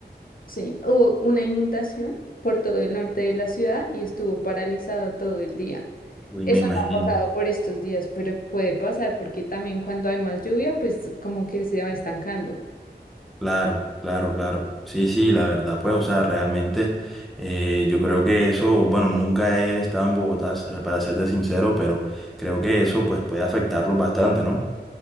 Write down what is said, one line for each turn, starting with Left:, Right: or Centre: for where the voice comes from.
Left: sí, hubo una inundación por todo el norte de la ciudad y estuvo paralizado todo el día.
Centre: Uy,
Left: Eso
Centre: me imagino.
Left: no ha pasado por estos días, pero puede pasar porque también cuando hay más lluvia, pues como que se va estancando.
Centre: Claro, claro, claro. Sí, sí, la verdad, pues, o sea, realmente eh, yo creo que eso, bueno, nunca he estado en Bogotá, para serte sincero, pero creo que eso, pues, puede afectarlos bastante, ¿no?